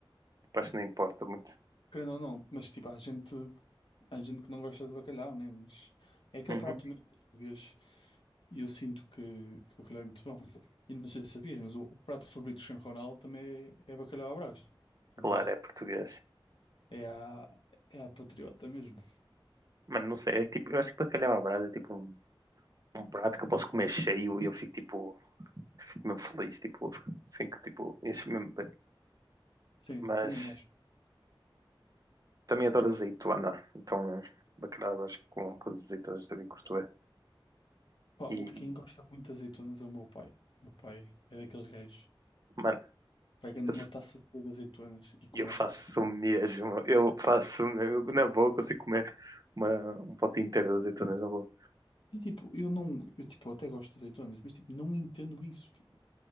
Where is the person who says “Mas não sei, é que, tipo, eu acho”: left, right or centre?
Right